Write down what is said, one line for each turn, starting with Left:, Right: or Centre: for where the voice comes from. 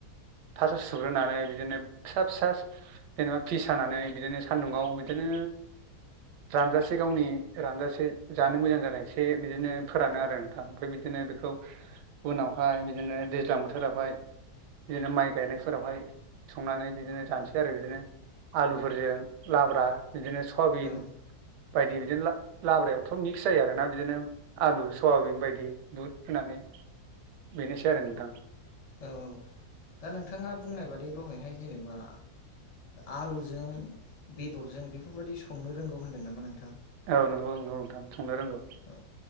Right: फासआव सुग्रोनानै बिदिनो फिसा फिसा जेनेबा फिस हानानै बिदिनो सान्दुंङाव बिदिनो जान्द <unintelligible> एसे गावनि रानजासे जानो मोजां जानाय एसे बिदिनो फोरानो आरो नोंथां ओमफ्राय बिदिनो बेखौ उनावहाय बिदिनो दैज्लां बोथोरावहाय बिदिनो माइ गायनायफोरावहाय संनानै बिदिनो जानोसै आरो बिदिनो आलुफोरजों लाब्रा बिदिनो सवाबिन
Left: औ
Right: बायदि लाब्रयावथ मिक्स जायो आरो ना बिदिनो आलु सयाबिन बायदि दुध होनानै बेनोसै आरो नोंथां
Left: औ औ दा नोंथाङा बुंनाय बादि दहाय हाय जेनेबा आलुजों बेदरजों बेफोरबायदि संनो रोंगौ होनदों नामा नोंथां
Right: औ नंगौ नंगौ नोंथां संनो रोंगौ
Left: औ